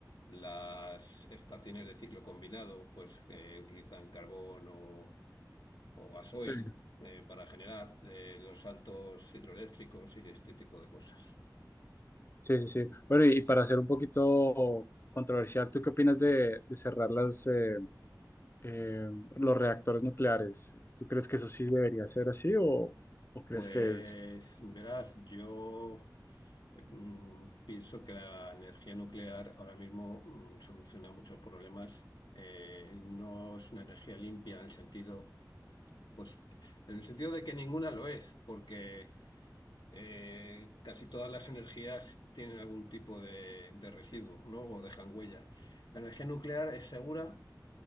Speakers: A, on the left; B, on the left.
A: las estaciones de ciclo combinado, pues que utilizan carbón o, o gasoil
B: sí,
A: eh, para generar eh, los saltos hidroeléctricos y este tipo de cosas.
B: sí, sí, sí. Bueno, y para ser un poquito controversial, ¿tú qué opinas de, de cerrar las, eh, eh, los reactores nucleares? ¿Tú crees que eso sí debería ser así o, o crees
A: Pues
B: que es...
A: verás, yo mm, pienso que la energía nuclear ahora mismo mm, soluciona muchos problemas. Eh, no es una energía limpia en el sentido Pues en el sentido de que ninguna lo es, porque eh, casi todas las energías tienen algún tipo de, de residuo, ¿no? O dejan huella. La energía nuclear es segura